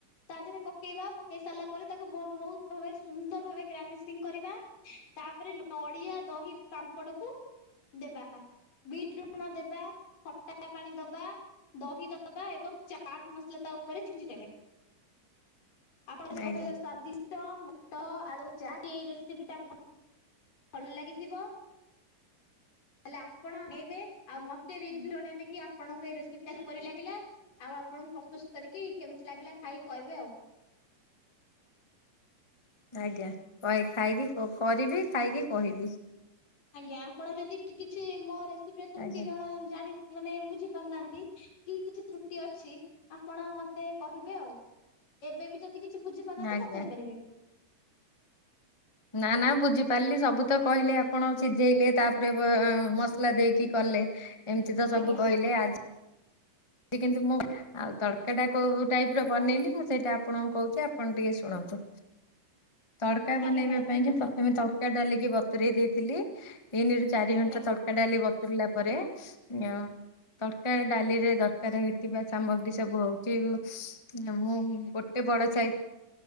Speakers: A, on the left (about 85°); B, on the left (about 15°).
A: ତା ଦେହରେ ପକେଇବା ବ ପକେଇ ସାରିଲା ପରେ ତାକୁ ବହୁତ୍ ବହୁତ୍ ଭାବରେ ସୁନ୍ଦର୍ ଭାବରେ ଗାର୍ନିସିଙ୍ଗ୍ କରିବା ତାପରେ ନଡିଆ, ଦହି, ପାମ୍ପଡ କୁ ଦେବା ବିଟ୍ ରୁଟ୍ ଲୁଣ ଦେବା। ଖଟା ପାଣି ଦବା ଦହି ଦବା ଏବଂ ଚାଟ୍ ମସଲା ତା ଉପରେ ଛିଞ୍ଚିଦେବେ। ଆପଣଙ୍କ
B: ଆଜ୍ଞା
A: ସ୍ଵାଦିଷ୍ଟ ମଟ- ଆଳୁ ଚାଟ୍ ଏଇ ରେସିପି ଟା ଭ ଭଲ୍ ଲାଗିଥିବ ତାଲେ ଆପଣ ବନେଇବେ ଆଉ ମତେ ରିଭ୍ୟୁ ଜଣେଇବେ କି ଆପଣଙ୍କୁ ଏଇ ରେସିପି ଟା କିପରି ଲାଗିଲା ଆଉ ଆପଣଙ୍କୁ ପ୍ରସ୍ତୁସ୍ କରିକି କେମିତି ଲାଗିଲା ଖାଇକି କହିବେ ଆଉ।
B: ଆଜ୍ଞା କଏ- ଖାଇକି କ-କରିବି ଖାଇକି କହିବି।
A: ଆଜ୍ଞା ଆପଣ ଯଦି କିଛି ମୋ ରେସିପିରେ ତ୍ରୁଟି
B: ଆଜ୍ଞା
A: ଜଣ- ଜାଣି ମାନେ ବୁଝି ପାରୁନାହାନ୍ତି କି କିଛି ତ୍ରୁଟି ଅଛି ଆପଣ ମ ମତେ କହିବେ ଆଉ ଏବେ ବି ଯଦି କିଛି ବୁଝିପାରୁନାହାନ୍ତି
B: ଆଜ୍ଞା
A: ପଚାରି ପାରିବେ।
B: ନା -ନା ବୁଝିପାରିଲି ସବୁ ତ କହିଲେ ଆପଣ ସିଜେଇଲେ ତା ପରେ ମସଲା ଦେଇକି କଲେ ଏମିତି ତ
A: ଆଜ୍ଞା
B: ସବୁ କହିଲେ ଆଜି କିନ୍ତୁ ମୁଁ ଆଉ ତଡ୍କା କଉ ଟାଇପ୍ ର
A: ଆଜ୍ଞା
B: ବନେଇଲି ମୁଁ ସେଇଟା ଆପ୍ ଆପଣଙ୍କୁ କହୁଚି ଆପଣ ଟିକେ ଶୁଣନ୍ତୁ ତଡ୍କା
A: ଆଜ୍ଞା
B: ବନେଇବା
A: ମ୍ୟାଡାମ
B: ପାଇଁ
A: କୁହନ୍ତୁ।
B: କି ପ୍ରଥମେ ତ ତଡ୍କା ଡାଲିକି ବତୁରେଇ ଦେଇଥିଲି ତିନିରୁ ଚାରି
A: ଆଜ୍ଞା
B: ଘଣ୍ଟା ତ ତଡ୍କା ଡାଲି ବତୁରିଲା ପରେ ଅଁ-ତଡ୍କା ଡାଲିରେ ଦରକାର୍ ହଉଥିବା ସାମଗ୍ରୀ ବ ହଉଚି <unintelligible> ଗୋଟେ ବଡ ସାଇଜ୍